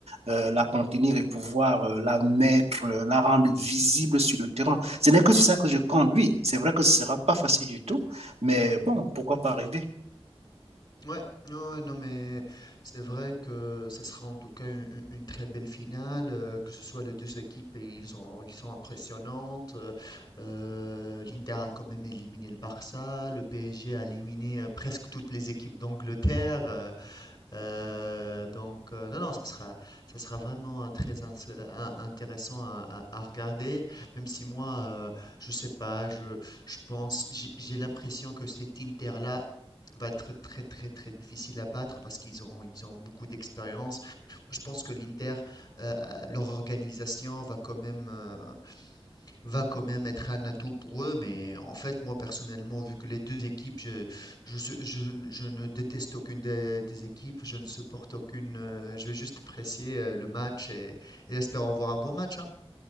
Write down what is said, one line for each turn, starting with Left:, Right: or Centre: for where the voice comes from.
Right: euh, la contenir et pouvoir euh, la mettre, euh, la rendre visible sur le terrain. Ce n'est que sur ça que je compte. Oui, c'est vrai que ce ne sera pas facile du tout, mais bon, pourquoi pas rêver?
Left: Ouais, non, ouais, non, mais c'est vrai que ce sera en tout cas une, une- une très belle finale, euh, que ce soit les deux équipes, et ils ont, ils sont impressionnantes. euh, euh, l'Inter a quand même éliminé le Barça, le PSG a éliminé euh, presque toutes les équipes d'Angleterre. Euh, donc, euh, non, non, ça sera, ça sera vraiment euh, très ins- euh, intéressant à, à- à regarder, même si moi, euh, je sais pas, je, je pense, j'ai j'ai l'impression que cet Inter-là va être très, très, très difficile à battre parce qu'ils ont, ils ont beaucoup d'expérience. Je pense que l'Inter, euh, euh, leur organisation va quand même, euh, va quand même être un atout pour eux. Mais en fait, moi personnellement, vu que les deux équipes, je, je, su- je n- je ne déteste aucune des, des équipes, je ne supporte aucune. euh, je vais juste apprécier euh, le match et, et espérons voir un bon match. hein.